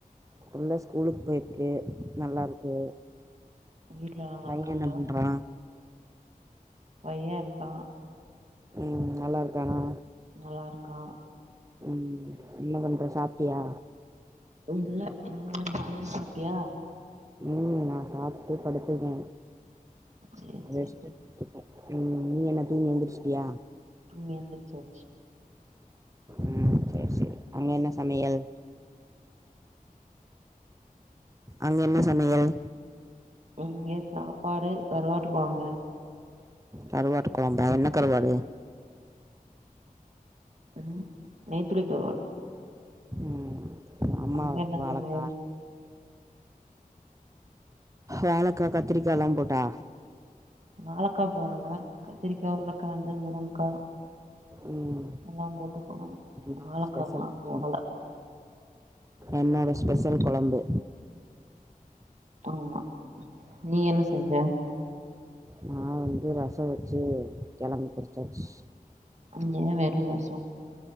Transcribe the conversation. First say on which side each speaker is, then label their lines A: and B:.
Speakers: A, on the right (about 20°); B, on the right (about 50°).
A: புள்ள ஸ்கூலுக் போயிருக்கு நல்லா இருக்கு
B: வீட்ல நல்லா
A: பைய
B: இருக்காங்களா
A: என்ன பண்றா
B: பைய இருக்கா
A: ம் நல்லா இருக்கானா
B: நல்லா இருக்கா
A: ம் என்ன பண்ற சாப்டியா
B: இல்ல இன்மேல்தா நீ சாப்டியா
A: ம் நா சாப்ட்டு படுத்துருக்கே
B: சேரி
A: ரெஸ்ட்டு
B: சேரி
A: ம் நீ என்ன தூங்கி எந்திரிச்சுட்டியா
B: தூங்கி எந்திரிச்சாச்சு
A: ம் சேரி சேரி அங்க என்ன சமையல் அங்க என்ன சமையல்
B: இங்க சாப்பாடு கருவாட்டு கொழம்பு
A: கருவாட்டு கொழம்பா என்ன கருவாடு
B: ம் நெய்துளி கருவாடு
A: ம் அம்மாகு
B: அங்க என்ன
A: வாழக்கா
B: சமையல்
A: வாழக்கா கத்திரிக்கால்லா போட்டா
B: வாழக்கா போடல கத்திரிக்கா உருளக்கெழங்கு முருங்க்கா
A: ம்
B: எல்லா போட்டு பண்னணு
A: என்னோட
B: வாழக்கால்லா
A: ஸ்பெஷல் குழம்பு
B: போடல
A: என்னோட ஸ்பெஷல் கொழம்பு
B: ஆமா நீ என்ன செஞ்ச
A: நா வந்து ரசோ வச்சு கெழங்கு பொரிச்சாச்சு
B: இங்க வெறு ரசோ